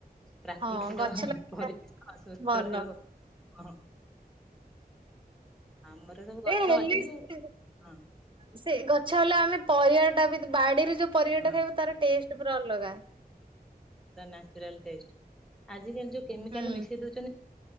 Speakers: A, in the centre; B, on the right (about 30°).
A: ପ୍ରାକୃତିକ
B: ହଁ ଗଛ ଲଗେଇବା
A: ପରିବେଶ ସୁୁସ୍ଥ
B: ଭଲ
A: ରହିବ। ହ ଆମର ସବୁ ଗଛ
B: ଏ ହେଲେ
A: ଅଛି
B: ସେ
A: ଯେ ହଁ।
B: ସେ ଗଛ ହେଲେ ଆମେ ପରିବା ଟା ବି ବାଡିରେ ଯୋଉ ପରିବା
A: ହଁ
B: ଟା ଖାଇବୁ ତାର ଟେଷ୍ଟ ପୁରା ଅଲଗା।
A: ତା ନ୍ୟାଚୁରାଲ୍ ଟେଷ୍ଟ ଆଜିକାଲି ଯୋଉ କେମିକାଲ
B: ହୁଁ
A: ମିଶି ଦଉଛନ୍ତି।